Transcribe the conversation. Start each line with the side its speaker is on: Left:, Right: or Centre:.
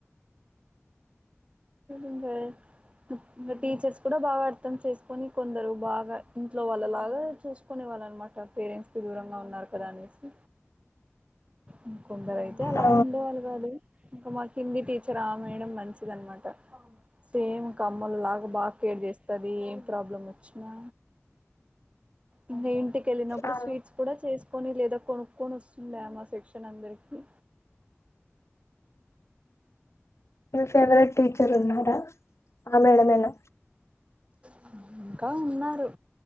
Right: ఇంకా టీచర్స్ కూడా బాగా అర్థం చేసుకొని, కొందరు బాగా ఇంట్లో వాళ్ళలాగా చూసుకునే వాళ్ అనమాట, పేరెంట్స్ కి దూరంగా ఉన్నారు కదా అనేసి. ఇంకొందరై తే అలా
Left: ఆ
Right: ఉండేవాళ్ కాదు ఇంకా మాక్ హిందీ టీచర్ ఆ మేడం మంచిది అనమాట, సేమ్ ఇంకా అమ్మోల్ లాగా బాగా కేర్ చేస్తది ఏం ప్రాబ్లం వచ్చినా. ఇంగ ఇంటికి వెళ్ళినప్పుడు
Left: ఆ
Right: స్వీట్స్ కూడా చేసుకొని, లేదా కొనుక్కొని వస్తుండా మా సెక్షన్ అందరికి.
Left: మీ ఫేవరెట్ టీచర్ ఉన్నారా ఆ మేడమేనా
Right: హా ఇంకా ఉన్నారు